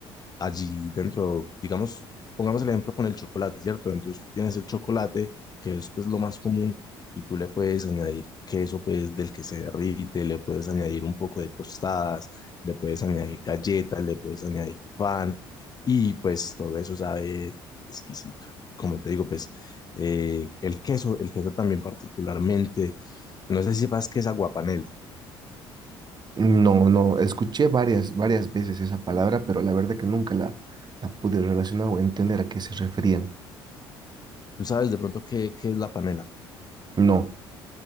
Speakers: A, on the left; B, on the right.
A: allí dentro, digamos, pongamos el ejemplo con el chocolate, ¿cierto? Entonces tú tienes el chocolate, que es pues lo más común, y tú le puedes añadir queso pues del que se derrite, le puedes añadir un poco de tostadas, le puedes añadir galletas, le puedes añadir pan, y pues todo eso sabe exquisito. Como te digo, pues eh, el queso, el queso también particularmente, no sé si sepas qué es aguapanela.
B: No, no, escuché varias, varias veces esa palabra, pero la verdad que nunca la, la pude relacionar o entender a qué se referían.
A: ¿Tú sabes de pronto qué, qué es la panela?
B: No,